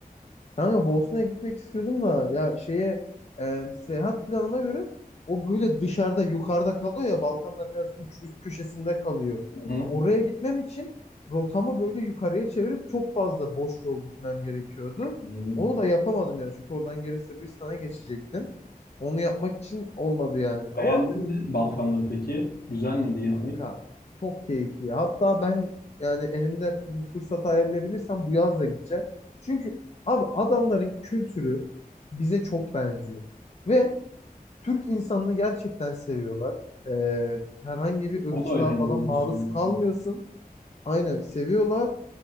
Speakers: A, on the left; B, on the left.
A: Kanka Bosna'ya gitmek istiyordum da ya şeye e, seyahat planıma göre o böyle dışarıda yukarıda kalıyor ya Balkanlar biraz uç üst köşesinde kalıyor.
B: Hı hı.
A: Oraya gitmem için rotamı böyle yukarıya çevirip çok fazla boş yol gitmem gerekiyordu.
B: Anladım.
A: Onu da yapamadım yani çünkü oradan geri Sırbistan'a geçecektim. Onu yapmak için olmadı yani ama
B: Beğendin mi Balkanları peki? Güzel miydi gezmek?
A: Kanka çok keyifli ya. Hatta ben yani elimde bu fırsatı ayarlayabilirsem bu yaz da gideceğim. Çünkü abi adamların kültürü bize çok benziyor. Ve Türk insanını gerçekten seviyorlar. Ee, herhangi bir ırkçılığa
B: O da önemli
A: falan
B: bir
A: maruz
B: unsur
A: kalmıyorsun.
B: yani.
A: Aynen seviyorlar.